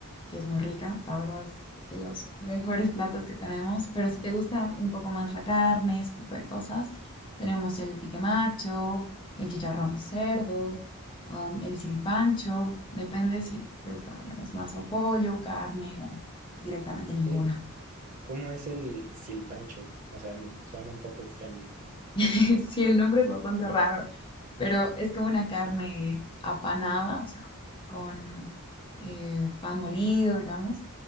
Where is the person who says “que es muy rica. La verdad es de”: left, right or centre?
Left